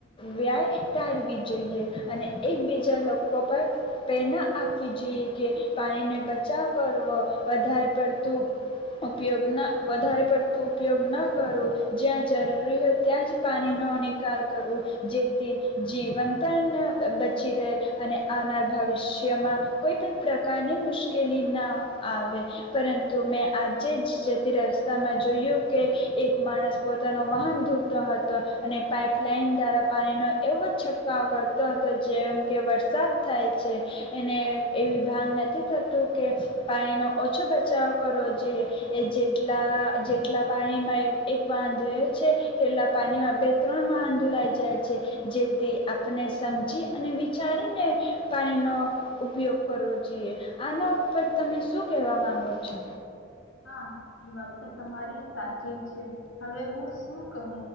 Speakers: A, on the left; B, on the left.
A: વ્યાય ટાળવી જોઈએ અને એકબીજા લોકો પર પ્રેરણા આપવી જોઈએ કે પાણીને બચાવ કરવો વધારે પડતું ઉપયોગ ન વધારે પડતો ઉપયોગ ન કરું જ્યાં જરૂરી હોય ત્યાં જ પાણી નો નિકાલ કરવું જેથી જીવન પણ બચી રહે અને આવનાર ભવિષ્યમાં કોઈ પણ પ્રકારની મુશ્કેલી ન આવે પરંતુ મેં આજે જ જતી રસ્તામાં જોયું કે એક માણસ પોતાનો વાહન ધૂલતો હતો અને પાઇપલાઈન દ્વારા પાણીનો એવો છંટકાવ કરતો હતો. જેમ કે વરસાદ થાય છે એને એવી ભાંગ નથી થતું કે પાણીનો ઓછો બચાવ કરો જોઇએ. એ જેલા જેટલા પાણીમાં એક વાહન ધોયો છે તેટલા પાણીમાં બે ત્રણ વાહન ધોલાઈ જાય છે જેથી આપને સમજી અને વિચારીને પાણીનો ઉપયોગ કરવો જોઈએ. આના ઉપર તમે શું કહેવા માંગો છો?
B: હા એ વાત તો તમારી સાચી જ છે. હવે હું શું કહું